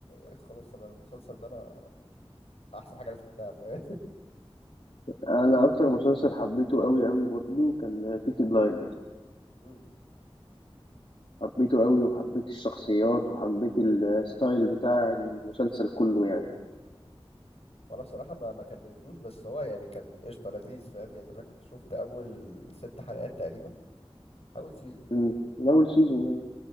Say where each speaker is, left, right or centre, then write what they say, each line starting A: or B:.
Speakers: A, on the left; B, on the left.
A: إيه، خلاص انا المسلسل ده انا احسن حاجه انا شفتها فاهم
B: انا اكتر مسلسل حبيته قوي قوي برضه كان بيكي بلايندرز
A: <laughs> مم.
B: حبيته قوي وحبيت الشخصيات وحبيت الستايل بتاع المسلسل كله يعني
A: وانا بصراحه ما ما كملتوش بس هو يعني كان قشطه لذيذ فاهم يعني انا كنت شفت اول ست حلقات تقريبا اول سيزون
B: مم. من اول سيزون